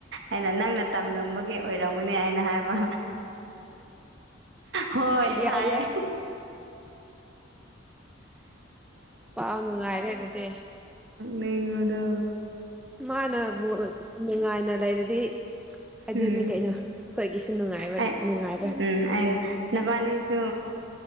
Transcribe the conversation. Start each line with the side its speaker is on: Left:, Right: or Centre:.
Right: ꯑ ꯅ ꯑꯣꯏ ꯑꯣꯏꯔꯝꯒꯨꯅꯦ ꯑꯩꯅ ꯍꯥꯏꯕ ꯍꯣꯏ
Centre: ꯌꯥꯏ
Right: ꯍꯥꯏꯌꯦ
Centre: ꯌꯥꯏ ꯄꯥꯎ ꯅꯨꯡꯉꯥꯏꯔꯦ ꯑꯗꯨꯗꯤ
Right: ꯂꯩꯉꯣꯟꯗ
Centre: ꯃꯥꯅꯕꯨ ꯅꯨꯡꯉꯥꯏꯅ ꯂꯩꯔꯗꯤ ꯑꯗꯨꯅꯤ
Right: ꯎꯝ
Centre: ꯀꯩꯅꯣ ꯑꯩꯈꯣꯏꯒꯤꯁꯨ ꯅꯨꯡꯉꯥꯏꯕ
Right: ꯑꯩ
Centre: ꯅꯨꯡꯉꯥꯏꯕ
Right: ꯎꯝ ꯑꯩꯅ ꯅꯕꯥꯅꯤꯁꯨ